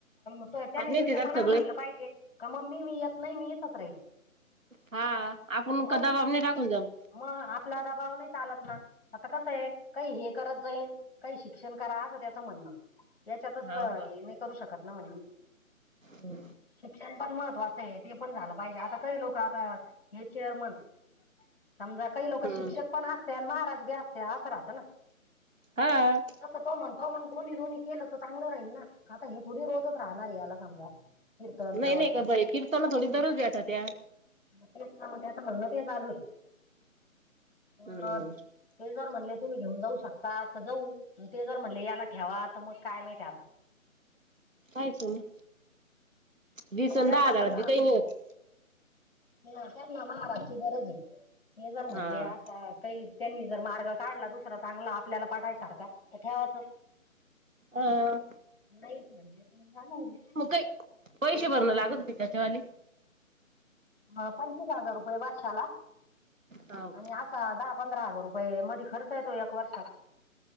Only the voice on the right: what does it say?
आज मेहनती
जात
सगळे
हा आपण
कदाबाने टाकून जाऊ.
हाव
का
हम्म.
हम्म
हा.
नाही नाही का बाई कीर्ताना थोडी दररोज भेटत्या.
हम्म
पाहायचं मग. वीस
अन
दहा हजारात
बी काही नाही होत.
हा.
अं
म काही पैशे भराव लागत होते का त्याले
हाव का?